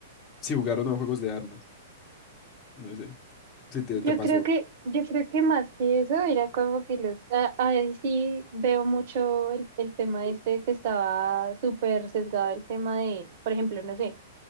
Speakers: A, on the left (about 20°); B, on the right (about 50°).
A: si jugar o no juegos de armas, no sé, si te,
B: Yo
A: te pasó.
B: creo que, yo creo que más que eso era como que los, a- ahí sí veo mucho el, el tema este que estaba súper sesgado el tema de, por ejemplo, no sé.